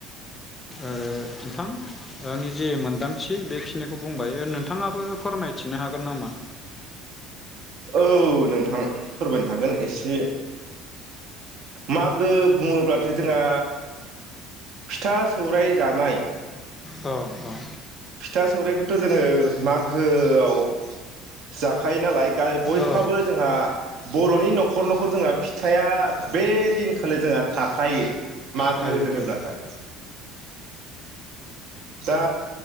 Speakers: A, on the left; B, on the right.
A: आरो ओ थां आंनि जे मोनदांथि बेखिनिखौ बुंबाय नोंथाङाबो फोरमायथिनो हागोन नामा?
B: औ नोंथां फोरमायनो हागोन एसे मागो बुङोब्लाथाय जोंहा फिथा सौराय जानाय
A: औ औ
B: फिथा सौराइखौथ' जोङो मागोआव जाखायो नालाय बयहाबो
A: औ
B: जोंहा बर'नि न'खर न'खर न'खर जोंहा फिथाइआ बे दिनखालि जोंहा थाखायो। मागो
A: थायो
B: होनोब्लाथाय।
A: थायो
B: दा।